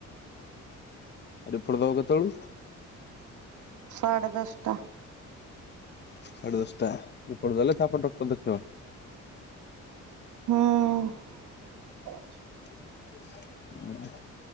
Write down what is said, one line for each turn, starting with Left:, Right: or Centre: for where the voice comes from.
Left: ରିପୋର୍ଟ ଦବ କେତଳୁ?
Right: ସାଢ଼େ ଦଶଟା।
Left: ସାଢେ ଦଶଟା ରିପୋର୍ଟ ଦେଲେ ତାପରେ ଡକ୍ଟର ଦେଖେଇବ।
Right: ହୁଁ।
Left: ଉଁ।